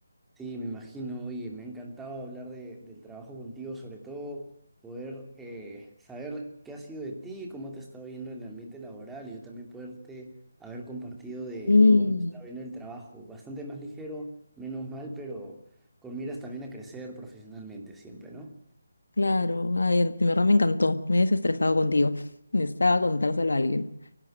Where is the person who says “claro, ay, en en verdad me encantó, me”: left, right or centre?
Left